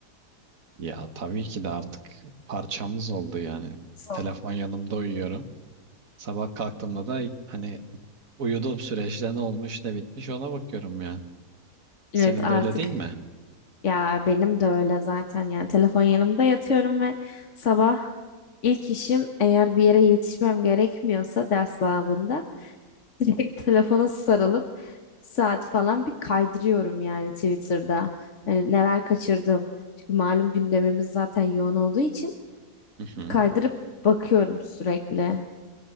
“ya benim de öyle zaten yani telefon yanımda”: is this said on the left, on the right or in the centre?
Left